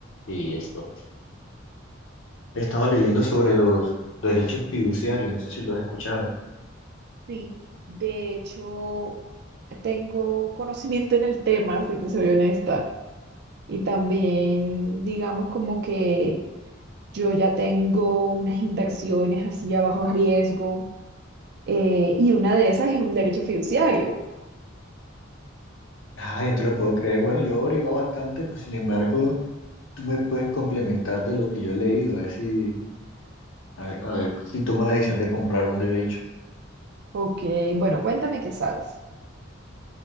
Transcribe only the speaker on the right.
Sí, De hecho, tengo conocimiento en el tema, si te soy honesta. Y también, digamos, como que yo ya tengo unas inversiones así a bajo riesgo, eh, y una de esas es un derecho fiduciario.
Ok, bueno, cuéntame qué sabes.